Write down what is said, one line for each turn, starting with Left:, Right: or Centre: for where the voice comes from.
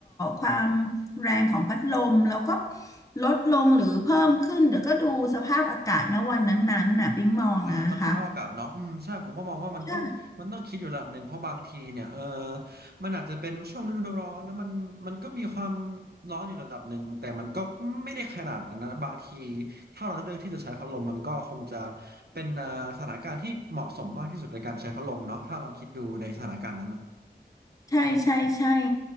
Left: ความแรงของพัดลมเราก็ลดลงหรือเพิ่มขึ้นเดี๋ยวก็ดูสภาพอากาศณวันนั้นๆน่ะปิ๊งมองนะคะ
Right: อ่าตามสภาพอากาศเนาะอืมใช่ผมก็มองว่ามันต้องมันต้องคิดอยู่ระดับหนึ่งเพราะบางทีเนี่ยเออ
Left: ใช่
Right: มันอาจจะเป็นช่วงฤดูร้อนแล้วมันมันก็มีความร้อนอยู่ระดับหนึ่งแต่มันก็ไม่ได้ขนาดนั้นนะบางทีถ้าเราเลือกที่จะใช้พัดลมมันก็คงจะเป็นอ่อสถานการณ์ที่เหมาะสมมากที่สุดในการใช้พัดลมเนาะถ้าเราคิดดูในสถานการณ์นั้นนะ
Left: ใช่ใช่ใช่